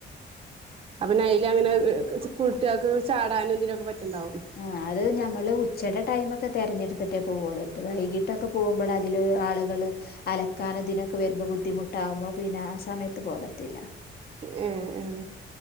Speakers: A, on the right; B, on the left.
A: അപ്പൊ നൈൽ അങ്ങനെ ഏഹ് കുട്ടികൾക്കൊക്കെ ചാടാനും എന്തിനൊക്കെ പറ്റുണ്ടാവും
B: ആ അത് ഞമ്മള് ഉച്ചേടെ ടൈമൊക്കെ തെരഞ്ഞെടുത്തിട്ടേ പോവുള്ള വൈകിട്ടൊക്കെ പോകുമ്പളതിലൊരു ആളുകളെ അലക്കാൻ അതിനൊക്കെ വരുമ്പ ബുദ്ധിമുട്ടാകുമ്പ പിന്നാ സമയത്ത് പോകത്തില്ല
A: ഉം ഉം